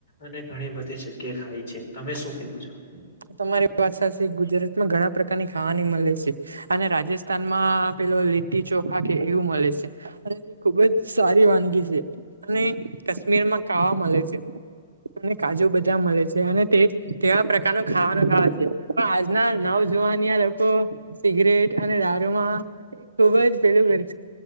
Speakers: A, on the left; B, on the right.
A: અને ઘણી બધી જગ્યા ખાય છે તમે શું કેવું છો?
B: તમારી પાસા છે ગુજરાત માં ઘણા પ્રકારની ખાવાની મળે છે અને રાજસ્થાન માં પેલો લીટી ચોખા કે એવું મળે છે. અને તે ખુબ જ સારી વાનગી છે અને કાશ્મીર માં ખાવા મળે છે. અને કાજુ બધા મળે છે અને તે તેવા પ્રકાર બધાનું ખાવાનું ખાવા છે પણ આજના નવ જવાનીયા લોકો સિગરેટ અને દારૂમાં ખુબ જ પેલું કરે